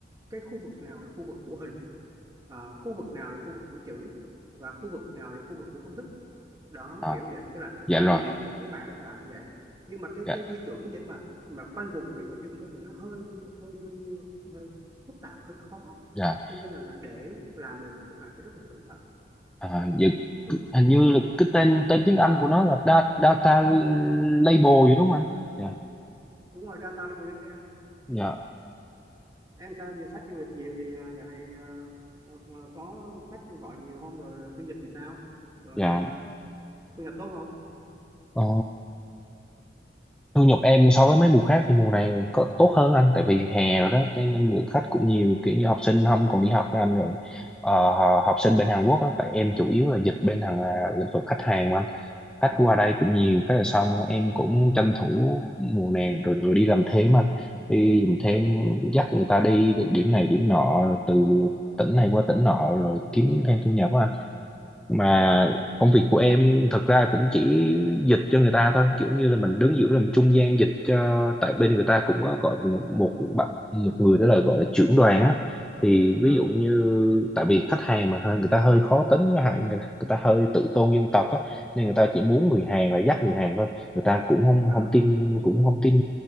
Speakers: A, on the right (about 20°); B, in the centre.
A: cái khu vực nào là khu vực của hình ờ, khu vực nào là khu vực của chữ và khu vực nào là khu vực của công thức đó
B: à,
A: kiểu như vậy tức là
B: dạ
A: cái nhiệm
B: rồi
A: vụ của bạn nó sẽ làm như vậy nhưng mà cái
B: dạ
A: cái quy chuẩn để mà mà khoanh vùng cái nội dung đó thì nó hơi hơi hơi hơi phức tạp hơi khó
B: dạ
A: cho nên là, là để làm được thì các bạn phải rất là cẩn thận
B: à, dạ,
A: ừ.
B: c- hình như là cái tên tên tiếng Anh của nó là da- data label vậy đúng không anh dạ
A: đúng rồi data labeling đó em
B: dạ
A: Em sao giờ sách du lịch nhiều thì à, dạo này à, à, có khách gọi nhiều không rồi phiên dịch thì sao rồi
B: dạ
A: à, thu nhập tốt không
B: Ờ, thu nhập em so với mấy mùa khác thì mùa này có tốt hơn anh tại vì hè rồi đó cho nên lượng khách cũng nhiều kiểu như học sinh không còn đi học với anh rồi Ờ, học sinh bên Hàn Quốc á tại em chủ yếu là dịch bên hàng à, lĩnh vực khách hàng mà anh khách qua đây cũng nhiều cái là xong em cũng tranh thủ mùa này rồi, rồi đi làm thêm anh đi làm thêm
A: ừ.
B: dắt người ta đi điểm này điểm nọ từ tỉnh này qua tỉnh nọ rồi kiếm thêm thu nhập á anh mà
A: Ừ.
B: công việc của em thật ra cũng chỉ dịch cho người ta thôi kiểu như là mình đứng giữa làm trung gian dịch cho tại bên người ta cũng có gọi một một bạn một người đó là gọi là trưởng đoàn á thì ví
A: À,
B: dụ như tại vì khách hàng mà hơi người ta hơi khó tính với lại người, người ta hơi tự tôn dân tộc á nên người ta chỉ muốn
A: ừ
B: người Hàn là dắt người Hàn thôi người ta cũng không
A: à
B: không tin cũng không tin